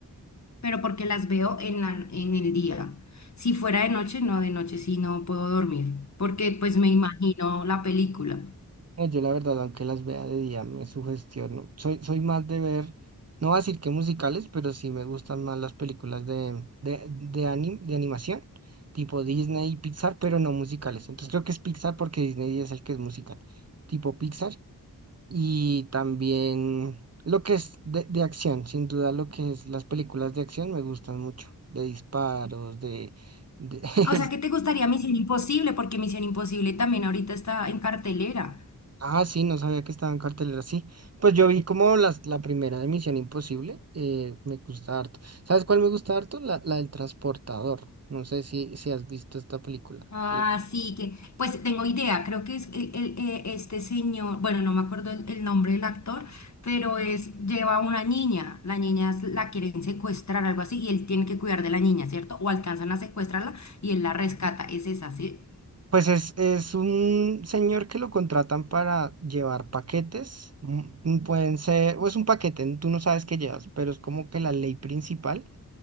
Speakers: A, on the left; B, on the right.
A: pero porque las veo en la, en el día. Si fuera de noche, no, de noche sí no puedo dormir, porque pues me imagino la película.
B: No, yo la verdad, aunque las vea de día, me sugestiono. Soy, soy más de ver, no voy a decir que musicales, pero sí me gustan más las películas de, de, de, anim- de animación, tipo Disney y Pixar, pero no musicales. Entonces creo que es Pixar porque Disney es el que es musical, tipo Pixar. Y también lo que es de, de acción, sin duda lo que es las películas de acción me gustan mucho, de disparos, de, de <laughs>
A: Ah, O sea, ¿qué te gustaría Misión Imposible? Porque Misión Imposible también ahorita está en cartelera.
B: Ah, sí, no sabía que estaba en cartelera, sí. Pues yo vi como las, la primera de Misión Imposible, eh, me gusta harto. ¿Sabes cuál me gusta harto? La, la del transportador. No sé si, si has visto esta película.
A: Así
B: La-
A: que, pues tengo idea, creo que es el- el- eh, este señor, bueno, no me acuerdo el, el nombre del actor, pero es, lleva a una niña, la niña es- la quieren secuestrar, algo así, y él tiene que cuidar de la niña, ¿cierto? O alcanzan a secuestrarla y él la rescata, es esa, ¿sí?
B: Pues es, es un señor que lo contratan para llevar paquetes. mm, mm, Pueden ser, o es un paquete, tú no sabes qué llevas, pero es como que la ley principal